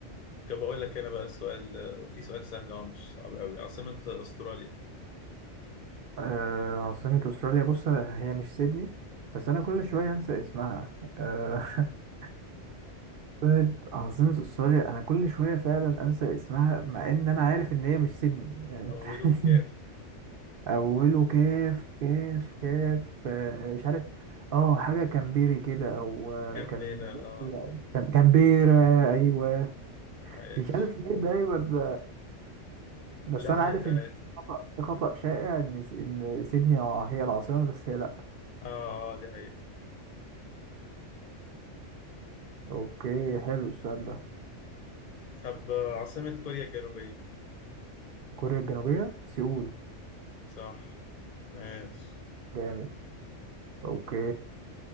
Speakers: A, on the left (about 50°); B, on the right (about 60°).
A: طب بقول لك انا بقى السؤال في سؤال سهل اه مش صعب قوي عاصمة استراليا
B: آه عاصمة استراليا بص أنا- هي مش سيدني بس انا كل شوية انسى اسمها آه <laughs> عاصمة عاصمة استراليا انا كل شوية فعلا انسى اسمها مع ان انا عارف ان هي مش سيدني يعني
A: اوله
B: انت
A: كاف
B: <laughs> اوله كاف كاف كاف آه، مش عارف اه حاجه كامبيري كده او آه،
A: كامبيرا
B: كان
A: اه
B: كان كامبيرا ايوه
A: عايش
B: مش عارف ليه ده ايوه ده بس
A: لا
B: انا
A: عادي
B: عارف ان
A: عادي
B: خطأ خطأ شائع ان س- ان سيدني اه هي العاصمه بس هي لا
A: اه اه دي حقيقة
B: اوكي حلو السؤال ده
A: طب آه، عاصمة كوريا الجنوبية
B: كوريا الجنوبيه سيول
A: صح ماشي
B: جامد اوكي